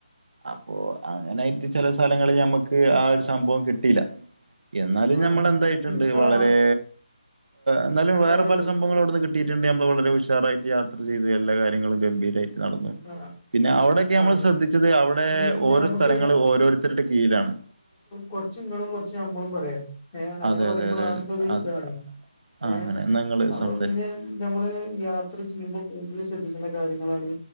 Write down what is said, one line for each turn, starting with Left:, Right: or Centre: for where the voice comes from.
Right: അപ്പൊ അങ്ങനെയായിട്ട് ചില സ്ഥലങ്ങളിൽ ഞമ്മക്ക് ആ ഒരു സംഭവം കിട്ടിയില്ല എന്നാലും
Left: ആ
Right: ഞമ്മൾെന്തായിട്ടുണ്ട്
Left: ആ
Right: വളരേ എന്നാലും
Left: അതായത്
Right: വേറെ പല സംഭവങ്ങള അവിടുന്ന് കിട്ടി. കിട്ടിട്ടുണ്ട് നമ്മള് വളരെ ഉഷാറായിട്ട് യാത്ര ചെയ്തു എല്ലാ കാര്യങ്ങളും ഗംഭീരമായിട്ട് നടന്നു
Left: ആ
Right: പിന്നെ അവിടെയക്കെ നമ്മൾ
Left: ആണ്
Right: ശ്രദ്ധിച്ചത് അവിടെ
Left: നീ
Right: ഓരോ
Left: നമുക്ക്
Right: സ്ഥലങ്ങളും ഓരോരുത്തരുടെ കീഴിലാണ്.
Left: കുറച്ചിങ്ങളും കുറച്ച് നമ്മളും പറയാം. ഏഹ് അങ്ങനെ
Right: അതെ
Left: പറയുമ്പോൾ
Right: അതെ അതെ
Left: ആൻസർ ഇതാണ്
Right: അതെ അതെ
Left: ഏഹ്
Right: അങ്ങനെ എന്നാ നിങ്ങള്
Left: അപ്പൊ
Right: സംസാരിക്ക്
Left: പിന്നെ നമ്മള് യാത്ര ചെയ്യുമ്പോൾ കൂടുതൽ ശ്രദ്ധിക്കേണ്ട കാര്യങ്ങളാണ്